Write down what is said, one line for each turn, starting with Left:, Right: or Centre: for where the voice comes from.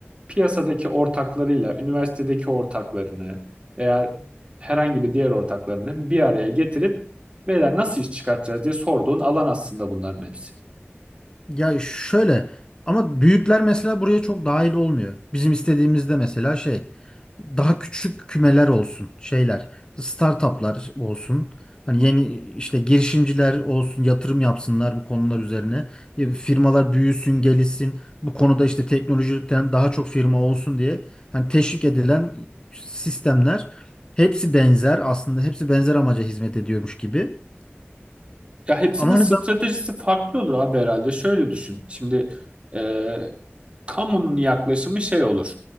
Right: piyasadaki ortaklarıyla, üniversitedeki ortaklarını veya herhangi bir diğer ortaklarını bir araya getirip beyler nasıl iş çıkartacağız diye sorduğun alan aslında bunların hepsi.
Left: Ya şöyle ama büyükler mesela buraya çok dahil olmuyor. Bizim istediğimizde mesela şey daha küçük kümeler olsun şeyler startuplar olsun. Hani yeni işte girişimciler olsun yatırım yapsınlar bu konular üzerine. E, Firmalar büyüsün gelişsin bu konuda işte teknolojiden daha çok firma olsun diye. Hani teşvik edilen sistemler hepsi benzer aslında hepsi benzer amaca hizmet ediyormuş gibi.
Right: Ya hepsinin
Left: Ama
Right: stratejisi
Left: hani
Right: farklı olur abi herhalde. Şöyle düşün. Şimdi e, kamunun yaklaşımı şey olur.